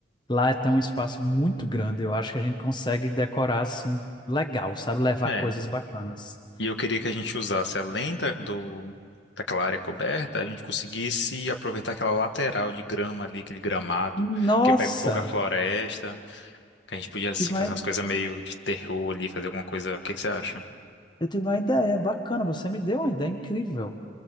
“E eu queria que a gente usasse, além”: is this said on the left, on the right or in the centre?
Left